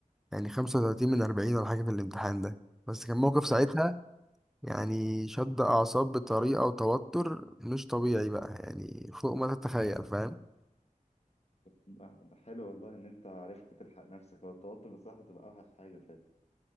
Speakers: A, in the centre; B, on the left.
A: يعني 35 من 40 ولا حاجة في الامتحان ده بس كان موقف ساعتها
B: طب
A: يعني شد أعصاب بطريقة وتوتر مش طبيعي بقى يعني فوق ما تتخيل فاهم
B: لا، ده حلو والله ان انت عرفت تلحق نفسك هو التوتر بصراحة تبقى اوحش حاجة